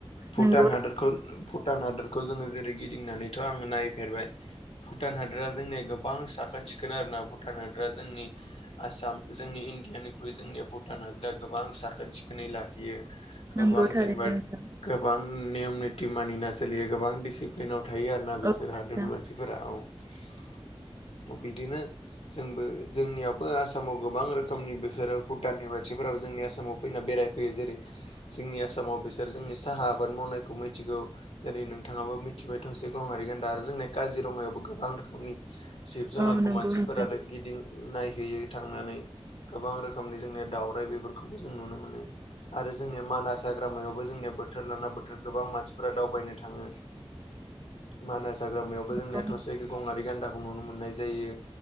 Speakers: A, on the left; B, on the right.
A: भुटान
B: नंगौ
A: हादरखौ भुटान हादरखौ जोङो जेरै गिदिंनानैथ' आङो नायफेरबाय भुटान हादरा जोंनिया गोबां साखोन सिखोन आरोना भुटान हादरा जोंनि आसाम जोंनि इण्डियानिख्रुइ जोंनिया भुटान हादरा गोबां साखोन सिखोनै लाखियो गोबां
B: नंगौ थारैनो
A: जेनेबा
B: नोंथां
A: गोबां नेयम निथि मानिना सोलियो गोबां दिसिप्लि प्लेनाव थायो आर ना बिसोर
B: औ
A: हादरनि मानसिफोरा औ बिदिनो जोंबो जोंनियावबो आसामाव गोबां रोखोमनि बेफोरो भुटाननि मानसिफोराबो जोंनि आसामाव फैना बेरायफैयो जेरै जोंनि आसामाव बिसोर जोंनि साहा आबाद मावनायखौ मिथिगौ जेरै नोंथाङाबो मिथिबाय थसे‌ गंआरि गान्दा आरो जोंनि काजिरङायावबो गोबां रोखोमनि जिब जुनारखौ
B: औ नंगौ
A: मानसिफोरानो
B: नोंथां
A: गिदिं नायहैयो थांनानै गोबां रोखोमनि जोंनिया दाउराइ बेफोरखौबो जों नुनो मोनो। आरो जोंनिया मानास हाग्रामायावबो जोंनिया बोथोर लाना बोथोर गोबां मानसिफोरा दावबायनो थाङो।
B: <inaudible>
A: मानास हाग्रामायावबो
B: नंगौ
A: जोंनिया थसे गंआरि गान्दाखौ नुनो मोननाय जायो।